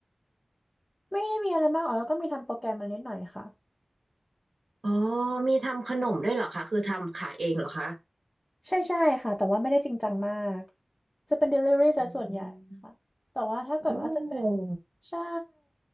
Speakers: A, on the left (about 20°); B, on the right (about 85°).
A: ไม่ได้มีอะไรมากอ๋อแล้วก็มีทำโปรแกรมมานิดหน่อยค่ะ
B: อ๋อมีทำขนมด้วยเหรอคะคือทำขายเองเหรอคะ
A: ใช่ใช่ค่ะแต่ว่าไม่ได้จริงจังมากจะเป็น delivery ซะส่วนใหญ่ค่ะแต่ว่าถ้าเกิดว่าจะเป็น
B: อืมโอ
A: ใช่